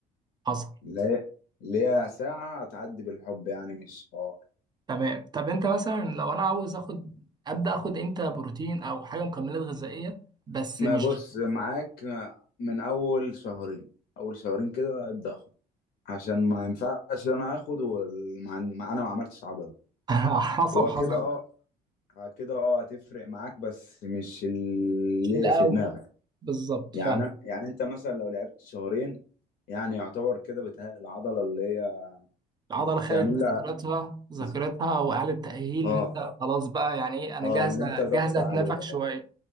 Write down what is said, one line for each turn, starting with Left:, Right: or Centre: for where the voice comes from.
Right: حصل
Left: اللي هي اللي هي ساعة هتعدي بالحب يعني مش حوار
Right: تمام طب انت مثلا لو انا عاوز اخد ابدا اخد امتى بروتين او حاجه مكملات غذائيه بس
Left: ما
Right: مش
Left: بص معاك آه، من اول شهرين اول شهرين كده ابدأ اخد عشان ما ينفعش انا اخد وما انا ما عملتش عضلة
Right: <laughs> حصل
Left: وكده
Right: حصل
Left: اه بعد كده اه هتفرق معاك بس مش اللي
Right: مش في الاول
Left: في دماغك
Right: بالظبط
Left: يعني
Right: فاهم
Left: يعني انت مثلا لو لعبت شهرين يعني يعتبر كده بتهيأ العضلة اللي هي
Right: العضله
Left: بتعمل
Right: خدت
Left: لها
Right: ذاكرتها ذاكرتها
Left: ز-
Right: واعاده تاهيل
Left: اه
Right: وانت خلاص بقى يعني ايه انا
Left: اه
Right: جاهزه
Left: اللي انت ضغط
Right: جاهزه
Left: عليها
Right: اتنفخ شويه
Left: اه